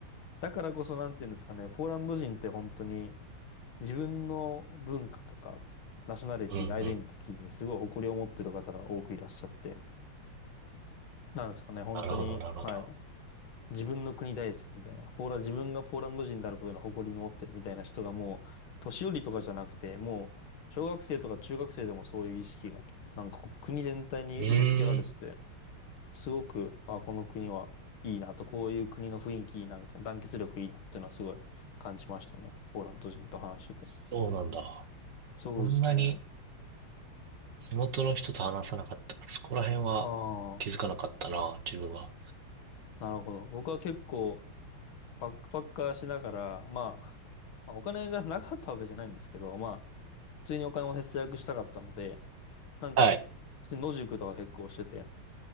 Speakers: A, on the left (about 70°); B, on the right (about 55°).
A: だからこそなんていうんですかね、ポーランド人って本当に、自分の文化とか、ナショナリティ、
B: うんうん。
A: アイデンティティにすごい誇りを持ってる方が多くいらっしゃって、なんですかね、本当に、
B: なるほどなるほど。
A: はい、自分の国大好きみたいな、ポーラ、自分がポーランド人であることの誇りに持ってるみたいな人がもう、年寄りとかじゃなくて、もう、小学生とか中学生でもそういう意識が、なんかこう国全体に植え付けられてて、
B: うーん、
A: すごく、あ、この国はいいなと、こういう国の雰囲気いいな、みたいな、団結力いいなっていうのはすごい感じましたね。ポーランド人と話してて。
B: そうなんだ。
A: そうですね。
B: そんなに
A: あ
B: 地元の人と話さなかったから、そこら辺は気づかなかったな、
A: あ。
B: 自分は。
A: なるほど。僕は結構バックパッカーしながら、まあ、まあ、お金がなかったわけじゃないんですけど、まあ、普通にお金を節約したかったので、なんか、
B: はい。
A: 普通に野宿とか結構してて、